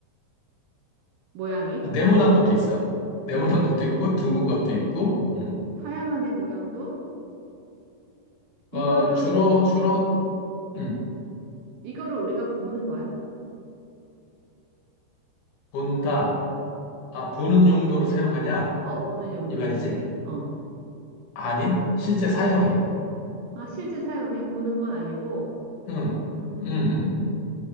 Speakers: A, on the right; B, on the left.
A: 모양이?
B: 네모난 것도 있어. 네모난 것도 있고, 둥근 것도 있고, 음.
A: 타양안의 모양도? 이거를,
B: 어, 주로, 주로,
A: 음,
B: 음,
A: 이거를 우리가 보는 거야?
B: 본다. 아, 보는 용도로 사용하냐?
A: 어, 보는 용도로
B: 이 말이지.
A: 사용해? 어.
B: 아니, 실제 사용해.
A: 아, 실제 사용해? 보는 건 아니고,
B: 응,
A: 음,
B: 응, 응.